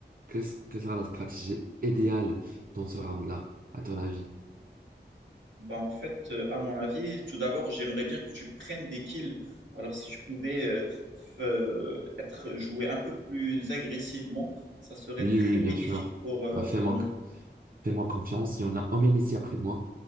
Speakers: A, on the right; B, on the right.
A: qu'est-ce- quelle sera la stratégie idéale dans ce round-là, à ton avis?
B: Bah, en fait, euh, à mon avis, tout d'abord, j'aimerais bien que tu prennes des kills. Alors, si tu pouvais euh, f- euh, être joué un peu plus agressivement, ça serait
A: Oui,
B: très
A: oui, oui,
B: bénéfique
A: bien sûr.
B: pour, euh,
A: Bah, fais-moi,
B: pour nous.
A: fais-moi confiance. Il y en a un homme ici après de moi